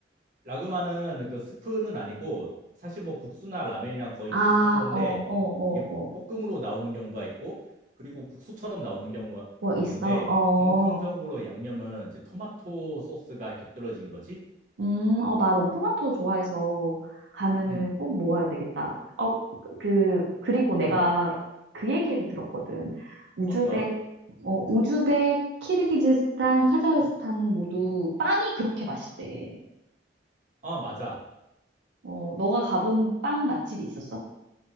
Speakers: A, on the right; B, on the right.
A: 라그마는 그 스프는 아니고 사실 뭐 국수나 라면이랑 거의
B: 아,
A: 비슷한 건데
B: 어, 어, 어,
A: 이게
B: 어.
A: 볶음으로 나오는 경우가 있고 그리고 국수처럼 나오는 경우가
B: 뭐 있어?
A: 있는데
B: 어.
A: 공통적으로 양념은 이제 토마토 소스가 곁들여진 거지.
B: 음, 어, 나 넌 토마토 좋아해서 가면은
A: 음,
B: 꼭 먹어야 되겠다. 어, 그, 그리고 내가
A: 음,
B: 그 얘기를 들었거든. 우즈벡,
A: 어떤?
B: 어, 우즈벡, 키르기즈스탄, 카자흐스탄 모두 빵이 그렇게 맛있대.
A: 어, 맞아.
B: 어, 너가 가본 빵 맛집이 있었어?